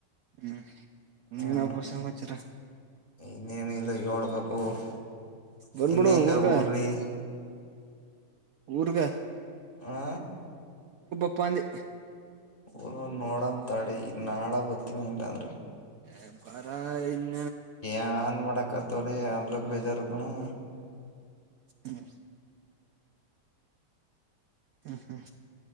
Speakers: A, on the right; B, on the left.
A: ಹ್ಮ್ ಇನ್ನೇನಪ್ಪ
B: ಹ್ಮ
A: ಸಮಾಚಾರ
B: ಇನ್ನೇನಿಲ್ಲ ಹಳ್ಬೇಕು ಓಹ್
A: ಬಂದ್ಬಿಡು
B: ಇನ್ನೆಂಗ
A: ಊರ್ಗ
B: ಊರ್ಲಿ,
A: ಊರ್ಗ
B: ಹಾ
A: ಬಂದ
B: ಊರು ನೋಡ ತಾಡಿ ಇ ನಾಳ ಬರ್ತನಿ ಇಲ್ಲಾಂದ್ರ
A: ಎ ಬಾರ ಇನ್
B: ಏನ್ ಮಾಡಕತ್ತಾರೆ ಯಲ್ರು ಬೇಜಾರಕಣೋ
A: ಹ್ಮ್ ಹ್ಮ್ ಹ್ಮ್